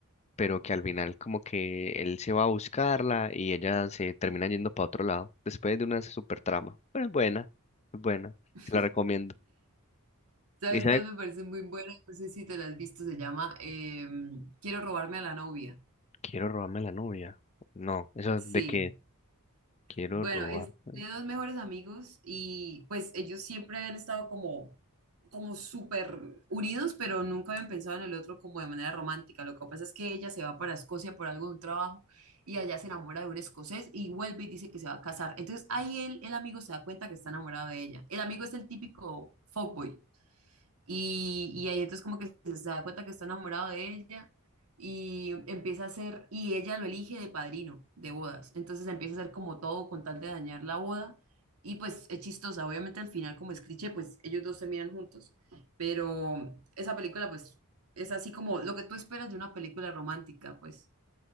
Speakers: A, on the left; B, on the right.
A: pero que al final como que él se va a buscarla y ella se termina yendo para otro lado, después de una super trama. Pero es buena, es buena,
B: <laughs>
A: se la recomiendo.
B: ¿Sabes
A: Y sabe,
B: cuál me parece muy buena? No sé si te la has visto, se llama em, Quiero robarme a la novia.
A: quiero robarme la novia. No, eso
B: Sí.
A: de que quiero
B: Bueno,
A: robar.
B: es
A: eh,
B: de dos mejores amigos y pues ellos siempre han estado como, como súper unidos, pero nunca habían pensado en el otro como de manera romántica. Lo que pasa es que ella se va para Escocia por algo de un trabajo y allá se enamora de un escocés y vuelve y dice que se va a casar. Entonces ahí él, el amigo se da cuenta que está enamorado de ella. El amigo es el típico fuckboy. Y, y ahí entonces como que se se da cuenta que está enamorado de ella y empieza a hacer, y ella lo elige de padrino de bodas. Entonces empieza a hacer como todo con tal de dañar la boda. Y pues es chistosa, obviamente al final como es cliché, pues ellos dos terminan juntos. Pero esa película pues es así como lo que tú esperas de una película romántica, pues.